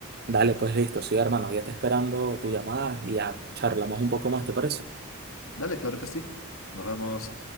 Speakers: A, on the right; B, on the left.
A: Dale, pues listo, sí, hermano, ya está esperando tu llamada y ya charlamos un poco más, ¿te parece?
B: Dale, claro que sí. Nos vemos.